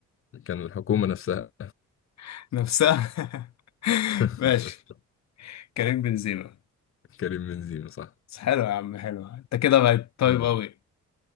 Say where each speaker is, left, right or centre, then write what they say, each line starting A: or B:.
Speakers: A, on the left (about 45°); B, on the left (about 65°).
A: كان الحكومة نفسها
B: <laughs> نفسها <laughs>
A: <laughs>
B: ماشي كريم بنزيما
A: كريم بنزيما صح
B: بس حلو يا عم حلو انت كده بقت طيب
A: آه.
B: قوي